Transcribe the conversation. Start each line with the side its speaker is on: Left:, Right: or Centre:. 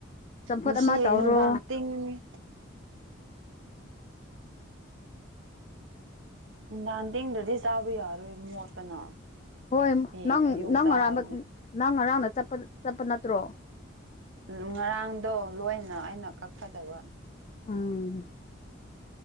Left: ꯆꯝꯐꯨꯠ
Right: ꯉꯁꯤ
Left: ꯑꯃ ꯇꯧꯔꯣ
Right: ꯅꯨꯡꯗꯥꯡ ꯇꯤꯡꯉꯤ <unintelligible> ꯇꯦꯡꯗ꯭ꯔꯗꯤ ꯆꯥꯕ ꯌꯥꯔꯣꯏꯦ ꯃꯣꯠꯄꯅ
Left: ꯍꯣꯏ
Right: ꯍꯌꯦꯡ
Left: ꯅꯪ
Right: ꯑꯌꯨꯛ
Left: ꯅꯪ
Right: ꯆꯥꯔꯅꯤ
Left: ꯑꯔꯥꯟꯕ ꯅꯪ ꯉꯔꯥꯡꯅꯄ ꯆꯠꯄ ꯆꯠꯄ ꯅꯠꯇ꯭ꯔꯣ
Right: ꯉꯔꯥꯡꯗꯣ ꯂꯣꯏꯅ ꯑꯩꯅ ꯀꯛꯊꯠꯇꯕ
Left: ꯑꯪ